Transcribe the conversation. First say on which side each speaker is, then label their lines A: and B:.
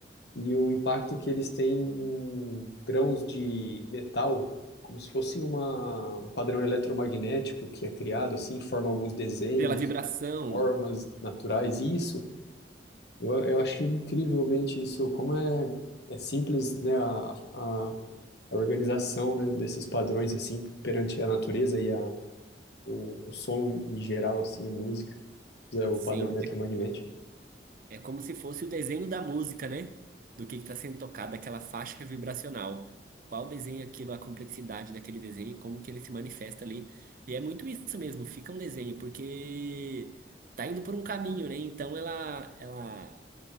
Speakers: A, on the left; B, on the right.
A: e o impacto que eles têm em grãos de metal, como se fosse uma, um padrão eletromagnético que é criado assim, forma alguns desenhos,
B: Pela vibração,
A: formas naturais, e isso. Eu, eu acho incrivelmente isso, como é, é simples, né, a, a, a organização, né, desses padrões, assim, perante a natureza e a, o, o som em geral, assim, a música, é, o
B: sim.
A: padrão eletromagnético.
B: É como se fosse o desenho da música, né? Do que está sendo tocado, aquela faixa vibracional. Qual desenho é aquilo, a complexidade daquele desenho, e como que ele se manifesta ali. E é muito isso mesmo, fica um desenho, porque tá indo por um caminho, né? Então ela, ela